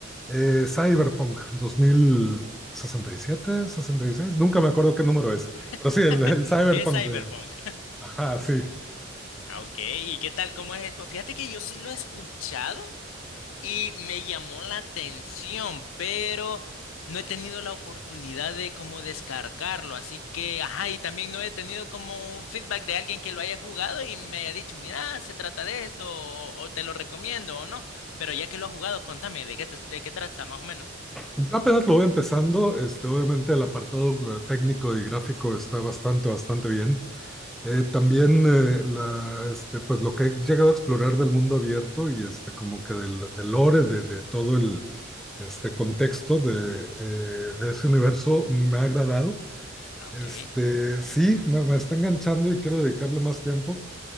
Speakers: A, in the centre; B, on the left (about 80°).
A: eh, Cyberpunk 2067, 66, nunca me acuerdo qué número es,
B: <laughs>
A: pero sí, el, el Cyberpunk
B: Es Cyberpunk.
A: de... Ajá, sí.
B: Ah, Ok, ¿y qué tal? ¿Cómo es el juego? Fíjate que yo sí lo he escuchado, y me llamó la atención, pero no he tenido la oportunidad de como descargarlo, así que, ajá, y también no he tenido como un feedback de alguien que lo haya jugado y me haya dicho, mira, se trata de esto, o, o te lo recomiendo o no, pero ya que lo has jugado, contame, ¿de qué, te- de qué trata más o menos?
A: Yo apenas lo voy empezando, este, obviamente el apartado eh, técnico y gráfico está bastante, bastante bien. Eh, también eh, la, este, pues lo que he llegado a explorar del mundo abierto y este, como que del, del lore, de, de todo el este, contexto de, eh, de ese universo me ha agradado.
B: Ah, ok.
A: Este, sí, me, me está enganchando y quiero dedicarle más tiempo.